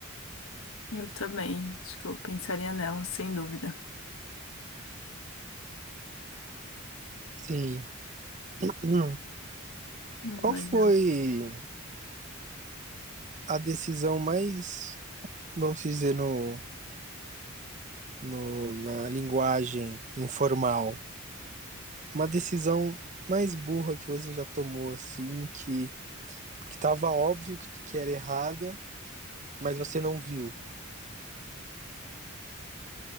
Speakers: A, on the left (about 75°); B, on the right (about 35°).
A: Eu também. Acho que eu pensaria nela, sem dúvida.
B: sim. <clears throat> Hum.
A: Hum,
B: Qual
A: Legal.
B: foi a decisão mais, vamos dizer, no, no- na linguagem informal? Uma decisão mais burra que você já tomou, assim, que, que tava óbvio que, que era errada, mas você não viu.